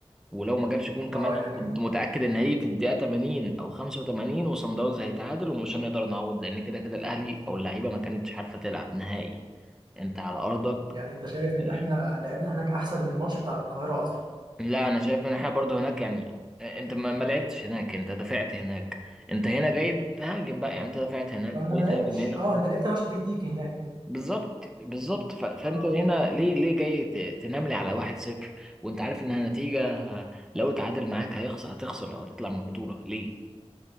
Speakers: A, in the centre; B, on the right.
A: ولو ما جابش جون كمان
B: اه لكن
A: كنت متأكد ان هيجي في الدقيقة 80 او 85 وصن داونز هيتعادل ومش هنقدر نعوض لان كده كده الاهلي او اللعيبة ما كانتش عارفة تلعب نهائي انت على ارضك
B: يعني انت شايف ان
A: آه،
B: احنا لعبنا هناك احسن من الماتش بتاع القاهره اصلا
A: لا انا شايف ان احنا برضو هناك يعني آه، انت ما ما لعبتش هناك انت دافعت هناك انت هنا جاي تهاجم بقى يعني انت دافعت هناك
B: وانت
A: جاي
B: ما لعبتش
A: تهاجم هنا
B: اه انت لعبت ماتش تكتيكي هناك
A: بالظبط بالظبط ف- فانت
B: اه
A: هنا ليه ليه جاي ت- تنام لي على 1-0 وانت عارف انها نتيجة آه، لو اتعادل معاك هيخسر هتخسر او هتطلع من البطولة ليه